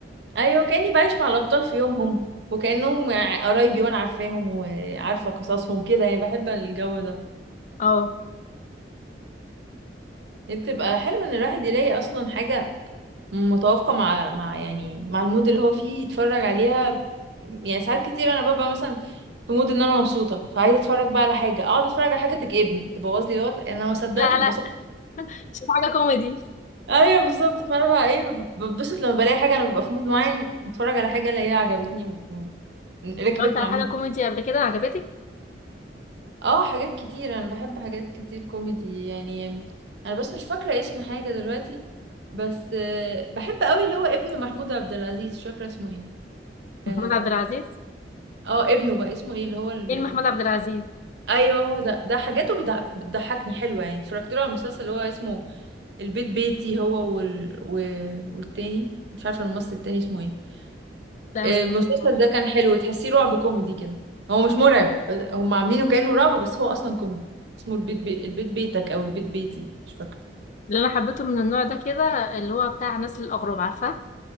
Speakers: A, on the right (about 70°); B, on the left (about 40°).
A: ايوه كاني بعيش مع الابطال في يومهم وكانهم قرايبي وانا عارفاهم وعارفه قصصهم كده يعني بحب الجو ده
B: اه
A: دي بتبقى حلو ان الواحد يلاقي اصلا حاجة متوافقة مع مع يعني مع المود اللي هو فيه يتفرج عليها يعني ساعات كتير انا ببقى مثلا في مود ان انا مبسوطة فعايزة اتفرج بقى على حاجة اقعد اتفرج على حاجة تكئبني تبوظ لي دوت انا ما صدقت
B: لا
A: اتبسطت
B: لا شوف حاجة كوميدي
A: ايوه بالظبط فانا بقى ايه ب- بتبسط لما بلاقي حاجة انا ببقى في مود معين واتفرج على حاجة الاقيها عجبتني و... و- ركبت
B: اتفرجت على
A: مع
B: حاجة
A: المود
B: كوميدي قبل كده عجبتك
A: اه حاجات كتير انا بحب حاجات كتير كوميدي يعني انا بس مش فاكره اسم حاجه دلوقتي بس آه، بحب قوي اللي هو ابن محمود عبد العزيز مش فاكره اسمه ايه
B: محمود
A: اه
B: عبد العزيز
A: آه، ابنه بقى اسمه ايه اللي هو ال...
B: فين
A: ال-
B: محمود عبد
A: ال-
B: العزيز
A: ايوه هو ده ده حاجاته بيضع... بتضحكني حلوه يعني اتفرجت له على المسلسل اللي هو اسمه البيت بيتي هو وال... و... والتاني مش عارفه الممثل التاني اسمه ايه
B: لا
A: المسلسل
B: مش عارفة الصراحة
A: ده كان حلو تحسيه رعب كوميدي كده هو مش مرعب بس- هم عاملينه كأنه رعب بس هو أصلا كوميدي اسمه البيت بي... البيت بيتك أو البيت بيتي مش فاكرة
B: اللي أنا حبيته من النوع ده كده اللي هو بتاع نسل الأغراب عارفة